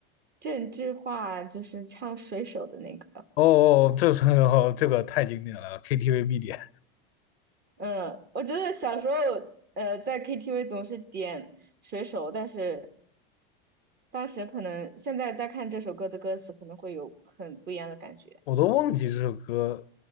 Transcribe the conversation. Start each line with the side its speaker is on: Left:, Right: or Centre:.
Right: 郑智化就是唱《水手》的那个。
Left: 哦哦，这首 <laughs> 这个太经典了，KTV 必点，
Right: 嗯，我觉得小时候，呃，在 KTV 总是点水手，但是当时可能现在再看这首歌的歌词，可能会有很不一样的感觉。
Left: 我都忘记这首歌